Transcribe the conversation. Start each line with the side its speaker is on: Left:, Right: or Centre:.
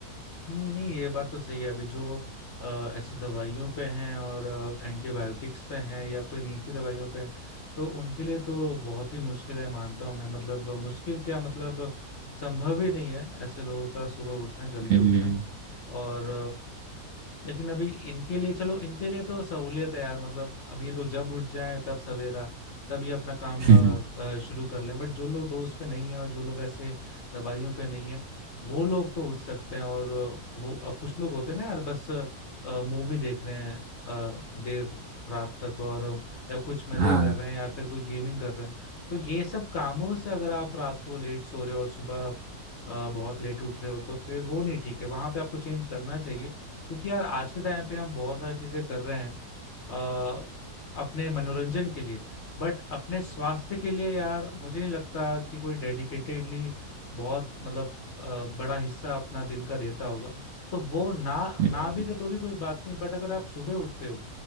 Left: हम्म, नहीं ये बात तो सही है अभी जो अ, ऐसे दवाइयों पे हैं और एंटीबायोटिक्स पे हैं या कोई नींद की दवाइयों पे हैं तो उनके लिए तो बहुत ही मुश्किल है मानता हूँ मैं मतलब मुश्किल क्या मतलब संभव ही नहीं है ऐसे लोगों का सुबह उठना जल्दी
Right: हम्म,
Left: उठना और लेकिन अभी इनके लिए चलो इनके लिए तो सहूलियत है यार मतलब अब ये लोग जब उठ जाएं तब सवेरा तब ये अपना काम
Right: <laughs>
Left: अ, अ, शुरू कर लें बट जो लोग डोज पे नहीं है और जो लोग ऐसे दवाइयों पे नहीं है वो लोग तो उठ सकते हैं और अ, वो अ, कुछ लोग होते हैं ना यार बस मूवी देख रहे हैं अ, देर रात तक और अ, या कुछ मजे
Right: हाँ
Left: कर रहे हैं या फिर कोई गेमिंग कर रहे हैं तो ये सब कामों से अगर आप रात को लेट सो रहे हो और सुबह अ, बहुत लेट उठ रहे हो तो फिर वो नहीं ठीक है वहां पे आपको चेंज करना चाहिए क्योंकि यार आज के टाइम पे हम बहुत सारी चीजें कर रहे हैं आ, अपने मनोरंजन के लिए बट अपने स्वास्थ्य के लिए यार मुझे नहीं लगता कि कोई डेडिकेटेडली बहुत मतलब अ, बड़ा हिस्सा अपना दिन का देता होगा तो वो ना
Right: हम्म,
Left: ना भी दे तो भी कोई बात नहीं बट अगर आप सुबह उठते हो